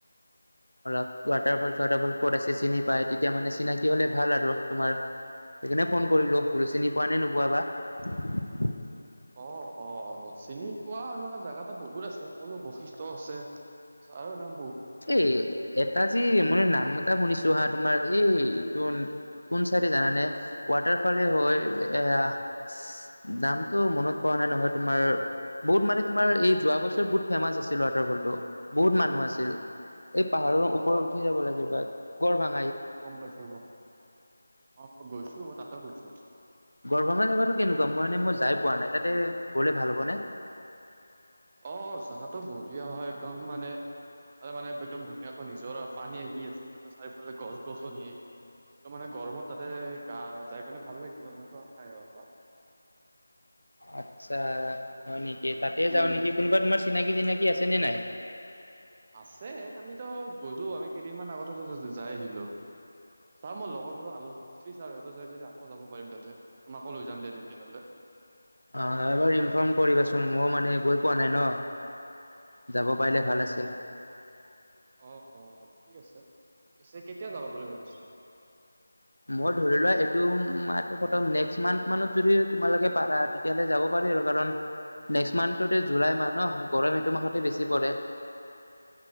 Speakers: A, on the right; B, on the left.
A: <inaudible>
B: অলপ ৱাটাৰফল চৱাটাৰফল ক'ত আছে চিনি পাই তেতিয়া মানে চিনাকি হলে ভাল আৰু তোমাৰ সেইকাৰণে ফোন কৰিলো বোলো চিনি পোৱা নে নোপোৱা বা।
A: অ', অ', চিনি পোৱা এনেকুৱা জাগাতু বহুত আছে বোলো বৈশিষ্ঠ আছে। চাৰ নাম
B: এ এটা যি মানে নাম এটা শুনিছো হা তোমাৰ এই তোৰ কোন চাইডে জানানে ৱাটাৰফালে হৈ এয়াহ নামটো মনত পৰা মানে নহয় তোমাৰ বহুত মানে তোমাৰ এই যোৱা বছৰত বহুত ফেমাচ আছিল ৱাটাৰফলটো বহুত মানুহ আছিল এই পাহাৰৰ
A: অ
B: ওপৰত উঠি যাব লাগিব বা গৰভাং
A: গম পাইছো গম অ', গৈছো মই তাতো গৈছো।
B: গৰভাঙা জাগাতো কেনেকুৱা মই মানে মই যাই পোৱা নাই তাতে গ'লে ভাল হ'বনে
A: অ', জাগাটো বঢ়িয়া হয় একদম মানে। তাৰে মানে একদম ধুনীয়াকৈ নিজৰ পানী আহি আছে তাৰপিছত চাৰিওফালে গছ গছনিয কি মানে গৰমত তাতে গা যাই পিনে ভাল লাগিব এনেকুৱা ঠাই আৰু এটা
B: আচ্ছা, হয় নেকি তাতে
A: কি
B: যাওঁ নেকি কোনোবা তোমাৰ চি চিনাকি চিনাকি আছে নে নাই
A: আছে আমিতো গলো আমি কেইদিনমান আগতে যাই আহিলো চাওঁ মই লগৰ পৰা আলোচ শুধি চাওঁ সিহঁতে যাই যদি আকৌ যাব পাৰিম তাতে তোমাকো লৈ যাম দে তেতিয়াহ'লে।
B: অ এবাৰ ইনফৰ্ম কৰিবাচোন মই মানে গৈ পোৱা নাই ন যাব পাৰিলে ভাল আছিল।
A: অ', অ', ঠিক আছে পিছে কেতিয়া যাবা বুলি ভাবিছা।
B: মই ধৰি লোৱা এইটো মান্থ নেক্সট মান্থ মানত যদি তোমালোকে পাৰা তেতিয়াহলে যাব পাৰো। নেক্সট মান্থ টোতে জুলাই মাহ ন গৰম এটো মাহতে বেছি পৰে